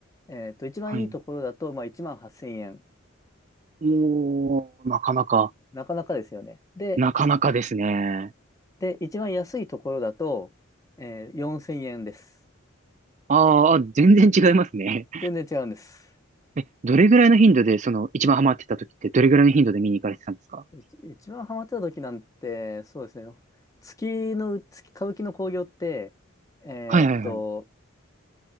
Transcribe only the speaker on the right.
はい。
おー、なかなか、
なかなかですね。
ああ、全然違いますね。
<laughs> え、どれぐらいの頻度で、その、一番ハマってた時って、どれぐらいの頻度で見に行かれてたんですか
はいはいはい。